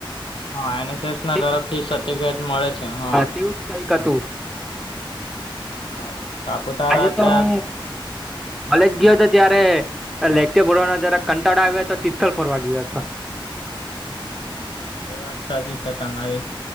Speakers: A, on the left; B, in the centre.
A: હા એનએસએસ ના
B: તે
A: તરફથી સર્ટિફિકેટ મળે છે હા
B: તેવું જ કઈક હતું
A: બરાબર સાપુતારા
B: આજે તો
A: ત્યાં
B: હુ કોલેજ ગયો, હતો ત્યારે લેક્ચર ભરવાનો જરા કંટાળા આવ્યા હતા તો તિથલ ફરવા ગયો હતો.
A: હા બરાબર એ વાત સાચી છે, તમારી